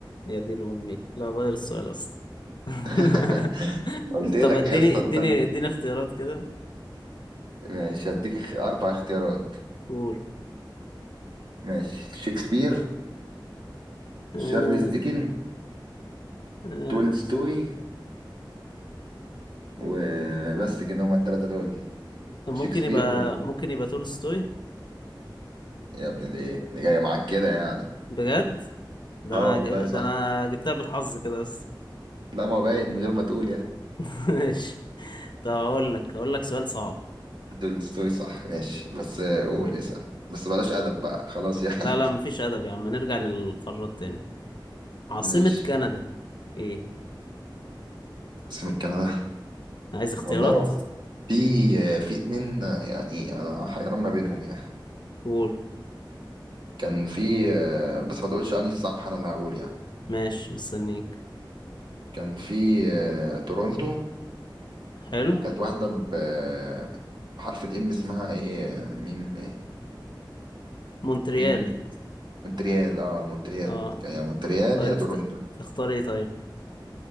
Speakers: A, on the left; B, on the right.
A: يا دين امي لا غير السؤال اصلا <laughs>
B: <laughs> قلت لك
A: طب اديني
B: يا اسطى
A: اديني
B: انت ال-
A: اديني اختيارات كده
B: ماشي هديك اخ- اربع اختيارات
A: قول
B: ماشي شكسبير
A: آه،
B: شارلز ديكن
A: آه،
B: تولستوي وبس كده هما التلاتة دول
A: طب ممكن
B: شكسبير
A: يبقى
B: و...
A: ممكن يبقى تولستوي
B: يا ابن الايه اللي جاية معاك كده يعني
A: بجد ده
B: اه
A: انا
B: والله
A: جايب- ده
B: صح
A: انا جبتها بالحظ كده بس
B: لا ما باين من غير ما تقول يعني
A: <laughs> ماشي طب اقول لك اقول لك سؤال صعب
B: تولستوي صح ماشي بس آه، قول اسأل بس بلاش أدب بقى خلاص يعني
A: لا لا مفيش ادب يا عم نرجع للقارات تاني عاصمة
B: <laughs> ماشي
A: كندا ايه
B: عاصمة كندا
A: عايز اختيارات
B: والله في آه، في اتنين آه، يعني أنا حيران ما بينهم يعني
A: قول
B: كان في آه، بس ما تقولش أنهي الصح أنا اللي هقول يعني
A: ماشي مستنيك
B: كان في آه، تورونتو
A: حلو
B: وكانت واحدة ب- آه، بحرف الإم اسمها إيه آه، ميم إيه
A: مونتريال
B: ميم مونتريال أه مونتريال
A: اه
B: يا مونتريال
A: طب انت
B: يا تورونتو
A: ت- تختار ايه طيب